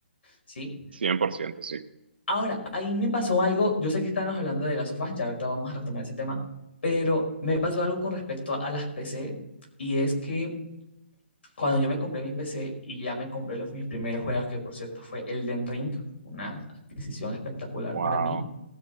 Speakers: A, on the left; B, on the right.
A: ¿sí?
B: 100%, sí.
A: Ahora, ahí me pasó algo. Yo sé que estábamos hablando de las sofás, ya ahorita vamos a retomar ese tema, pero me pasó algo con respecto a las PC y es que cuando yo me compré mi PC y ya me compré los mis primeros juegos, que por cierto fue Elden Ring, una adquisición espectacular
B: Wow.
A: para mí,